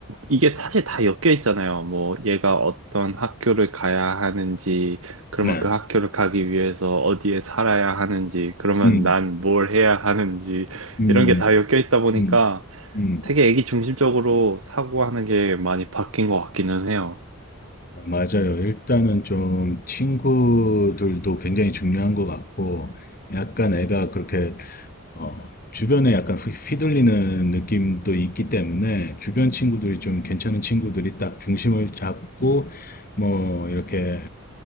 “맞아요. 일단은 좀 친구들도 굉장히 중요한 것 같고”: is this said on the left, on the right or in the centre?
Left